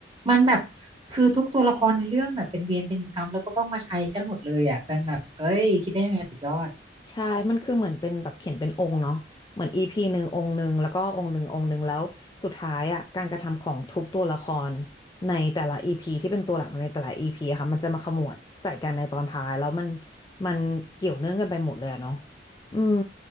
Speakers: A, on the right; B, on the left.
A: มันแบบคือทุกตัวละครในเรื่องแบบเป็นเวรเป็นกรรมแล้วก็ต้องมาใช้กันหมดเลยอะเป็นแบบเอ้ยคิดได้ยังไงสุดยอด
B: ใช่มันคือเหมือนเป็นแบบเขียนเป็นองค์เนาะเหมือนอีพีหนึ่งองค์หนึ่งแล้วก็องค์หนึ่งองค์หนึ่งแล้วสุดท้ายอ่ะการกระทำของทุกตัวละครในแต่ละอีพีที่เป็นตัวหลักในแต่ละอีพีค่ะมันจะมาขมวดใส่กันในตอนท้ายแล้วมันมันเกี่ยวเนื่องกันไปหมดเลยอะเนาะอืม